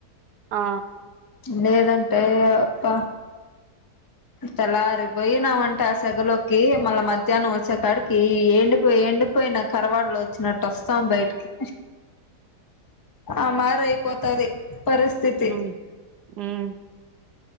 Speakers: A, on the right; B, on the left.
A: ఆ
B: లేదంటే ఒక్క తెల్లారి పోయినామంటే ఆ సెగలోకి మళ్ళా మధ్యాహ్నం వచ్చే కాడికి ఎండిపోయి ఎండిపో పోయినా కరవాన్ లో వచ్చినట్టు వస్తాం బయటికి ఆ మారి అయిపోతది పరిస్థితి
A: ఉమ్ ఉమ్